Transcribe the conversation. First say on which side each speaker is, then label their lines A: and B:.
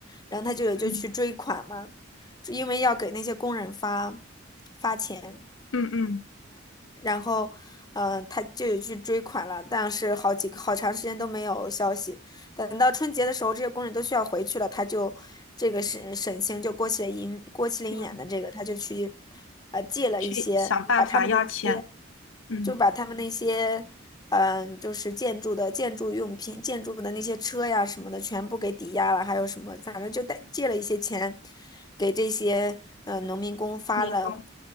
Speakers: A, on the left; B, on the left.
A: 然后他就有就去追款嘛，
B: 嗯
A: 因为要给那些工人发发钱。
B: 嗯嗯
A: 然后，嗯、他就有去追款了，但是好几个好长时间都没有消息。等到春节的时候，这些工人都需要回去了，他就这个沈沈星就郭麒麟郭麒麟演的这个，
B: 嗯，
A: 他就去呃借了一些，
B: 去想办法要钱，
A: 把他们的那些。
B: 嗯，
A: 就把他们那些，嗯、就是建筑的建筑用品、建筑的那些车呀什么的，全部给抵押了，还有什么，反正就贷借了一些钱，给这些嗯农民工发了，
B: 民工，